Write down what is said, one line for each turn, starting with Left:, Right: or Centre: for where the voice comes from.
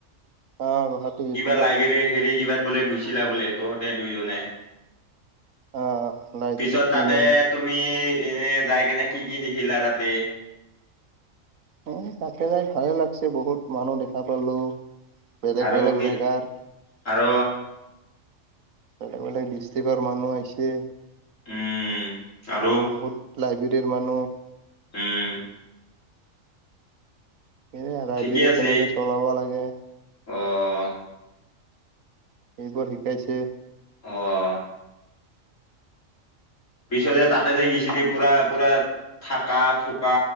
Right: আহ গুৱাহাটী গৈছিলো
Left: কিবা লাইব্ৰেৰী হেৰি কিবাত বোলে গুছ- ছিলা বোলে তহঁতে দুইজনে,
Right: আহ লাইব্ৰেৰী
Left: পিছত
Right: ট্ৰেইনিং
Left: তাতে- তুমি এনে যাই কেনে কি কি দেখিলা তাতে-
Right: অঁ তাতে যাই ভালে লাগছে বহুত মানুহ দেখা পালো। বেলেগ
Left: আৰু
Right: বেলেগ
Left: কি
Right: জাগাত।
Left: আৰু
Right: বেলেগ বেলেগ ডিষ্ট্ৰিক্টৰ মানুহ আহিছে।
Left: উম' আৰু-
Right: বহুত লাইবেৰিৰ মানুহ-
Left: উম'
Right: সেয়ে আ ৰাই
Left: ঠিকে
Right: বিৰি
Left: আছে
Right: কেনেকৈ চলাব লাগে?
Left: অ'
Right: এইবোৰ শিকাইছে।
Left: অঁ' পিছে যে তাতে যে সেইখিনি পুৰা পুৰা- থাকা থুকা